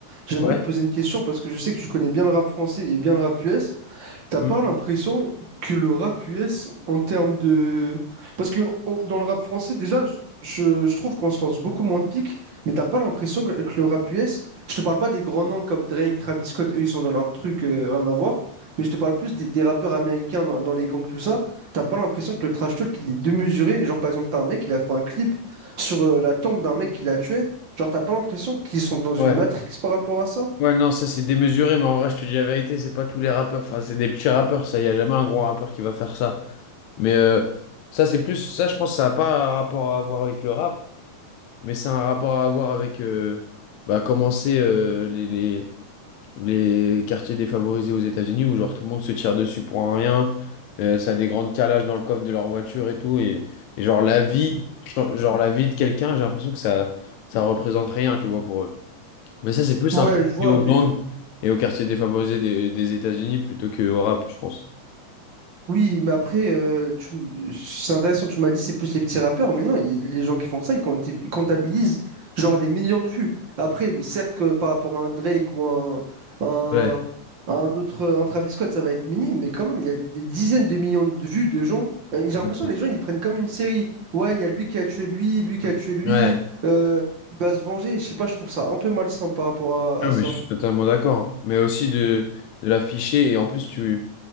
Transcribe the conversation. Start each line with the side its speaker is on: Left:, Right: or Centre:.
Right: J'aimerais
Left: Ouais.
Right: te poser une question parce que je sais que tu connais bien le rap français et bien le rap US. T'as
Left: Hmm.
Right: pas l'impression que le rap US, en termes de... Parce que au- dans le rap français, déjà, je, je- je trouve qu'on se lance beaucoup moins de piques, mais t'as pas l'impression que, que le rap US, je te parle pas des grands noms comme Drake, Travis Scott, eux, ils sont dans leur truc, euh, rien à voir, mais je te parle plus des, des rappeurs américains dans, dans les gangs, tout ça. T'as pas l'impression que le trash talk, il est démesuré. Genre, par exemple, t'as un mec, il a fait un clip sur euh, la tombe d'un mec qui l'a tué. Genre, t'as pas l'impression qu'ils sont dans une
Left: Ouais.
Right: matrix par rapport à ça?
Left: Ouais, non, ça, c'est démesuré, mais en vrai, je te dis la vérité, c'est pas tous les rappeurs. Enfin, c'est des petits rappeurs, ça. Y a jamais un gros rappeur qui va faire ça. Mais euh, ça, c'est plus. Ça, je pense, ça a pas un rapport à voir avec le rap, mais c'est un rapport à avoir avec. euh, bah, commencer euh, les... les- les quartiers défavorisés aux États-Unis où genre tout le monde se tire dessus pour un rien, euh, ça a des grandes calages dans le coffre de leur voiture et tout et, et genre la vie, genre la vie de quelqu'un, j'ai l'impression que ça ça représente rien, tu vois pour eux. Mais ça c'est plus
Right: Ouais,
Left: un truc
Right: je vois,
Left: lié aux
Right: mais
Left: gangs et aux quartiers défavorisés des, des États-Unis plutôt que au rap, je pense.
Right: Oui, mais après, euh, tu m- euh, c'est intéressant, tu m'as dit c'est plus les petits rappeurs, mais non, il- les gens qui font ça, ils compti- comptabilisent genre des millions de vues. Après, certes que par rapport à un Drake ou un, un,
Left: Ouais,
Right: un autre, un Travis Scott, ça va être minime, mais quand même, il y a des, des dizaines de millions de vues de gens. Euh, J'ai l'impression
Left: ok.
Right: que les gens, ils le prennent comme une série. Ouais, il y a lui qui a tué lui, lui qui a tué lui,
Left: Ouais.
Right: euh, il va se venger. Je sais pas, je trouve ça un peu malsain par rapport
Left: Non,
Right: à, à ça.
Left: mais je suis totalement d'accord. Mais aussi de, de l'afficher et en plus tu